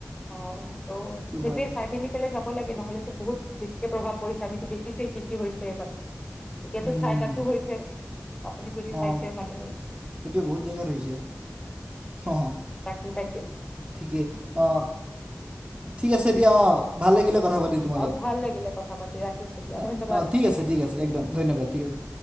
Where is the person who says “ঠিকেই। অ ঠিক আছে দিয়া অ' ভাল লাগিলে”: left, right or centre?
Right